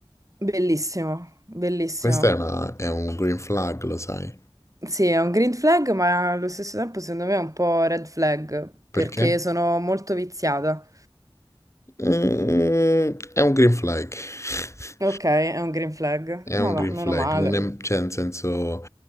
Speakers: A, on the right (about 35°); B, on the left (about 30°).
A: Bellissimo, bellissimo.
B: Questo è una- è un green flag, lo sai,
A: Sì, è un green flag, ma allo stesso tempo secondo me è un po' red flag,
B: perché?
A: perché sono molto viziata.
B: Mm, è un green flag. <laughs>
A: Ok, è un green flag,
B: È
A: ma
B: un
A: va,
B: green
A: meno
B: flag,
A: male.
B: non è, cioè, nel senso,